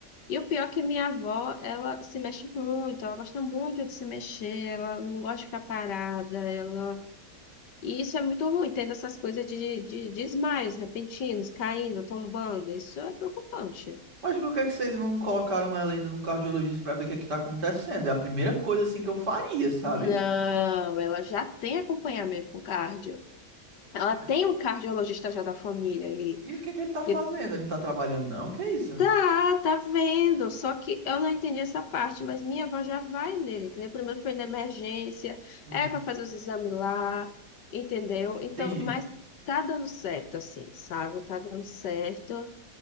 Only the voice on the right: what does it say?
Mas por que que vocês não colocaram ela ainda num cardiologista pra ver o que é que tá acontecendo? É a primeira coisa assim que eu faria, sabe?
Mas-
E o que é que ele tá fazendo?
Ele não tá trabalhando, não? Que é isso?
Uhum.
Entendi.